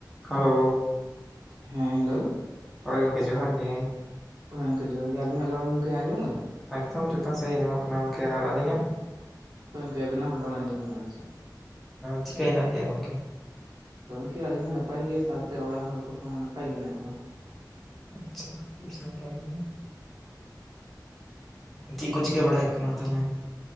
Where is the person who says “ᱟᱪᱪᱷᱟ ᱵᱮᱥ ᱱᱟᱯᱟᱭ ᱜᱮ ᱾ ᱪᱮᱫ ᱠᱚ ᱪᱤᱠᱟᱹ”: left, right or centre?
Centre